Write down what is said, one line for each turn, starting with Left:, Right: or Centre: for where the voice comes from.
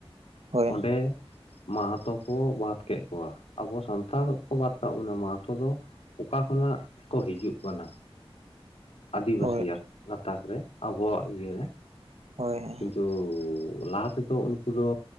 Right: ᱦᱳᱭ
Left: ᱚᱸᱰᱮ ᱢᱟᱦᱛᱚ ᱠᱚ ᱵᱟᱫ ᱠᱮᱫ ᱠᱚᱣᱟ, ᱟᱵᱚ ᱥᱟᱱᱛᱟᱲ ᱠᱚ ᱵᱟᱫ ᱠᱟᱜ ᱵᱚᱱᱟ, ᱢᱟᱦᱛᱚ ᱫᱚ ᱚᱠᱟ ᱠᱷᱚᱱᱟᱜ ᱠᱚ ᱦᱤᱡᱩᱜ ᱠᱟᱱᱟ? ᱟᱹᱫᱤᱵᱟᱹᱥᱤᱭᱟᱜ
Right: ᱦᱳᱭ
Left: ᱜᱟᱛᱟᱠ ᱨᱮ ᱟᱵᱚᱣᱟᱜ ᱤᱭᱟᱹᱨᱮ
Right: ᱦᱳᱭ᱾
Left: ᱠᱤᱱᱛᱩ ᱞᱟᱦᱟ ᱛᱮᱫᱚ ᱩᱱᱠᱩ ᱫᱚ